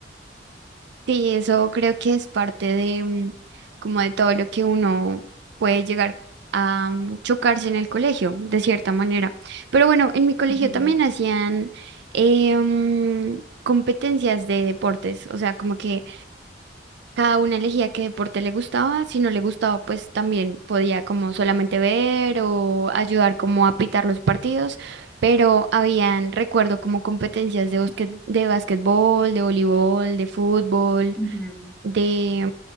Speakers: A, on the right; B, in the centre.
A: Sí, eso creo que es parte de mm, como de todo lo que uno puede llegar a mm, chocarse en el colegio, de cierta manera. Pero bueno, en mi colegio
B: Ujú,
A: también hacían eh, mm, competencias de deportes, o sea, como que cada una elegía qué deporte le gustaba, si no le gustaba, pues también podía como solamente ver o ayudar como a pitar los partidos, pero habían, recuerdo,
B: sí,
A: como competencias de bosque- de básquetbol de voleibol, de fútbol
B: ujú,
A: de